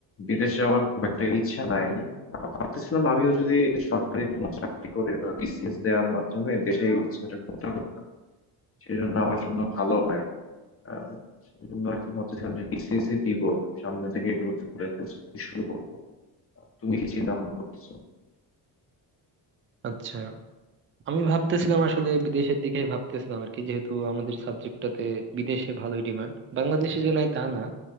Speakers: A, on the left (about 30°); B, on the right (about 30°).
A: বিদেশ যাওয়ার খুব একটা ইচ্ছা নাই ভাবতেছিলাম আমিও যদি সরকারি কোনো চাকরি করে বা বিসিএস দেওয়ার মাধ্যমে দেশে এই কিছুটা করতে পারতাম সেজন্য আমার জন্য ভালো হয় আহ সেজন্য আর কি ভাবতেছিলাম যে বিসিএস দিব সামনে থেকে একটু করে প্রস্তুতি শুরু করবো তুমি কি চিন্তা ভাবনা করতেছো
B: আচ্ছা আমি ভাবতেছিলাম আসলে বিদেশের দিকে ভাবতেছিলাম আর কি যেহেতু আমাদের সাবজেক্টটাতে বিদেশে ভালোই ডিমান্ড বাংলাদেশে যে নাই তা না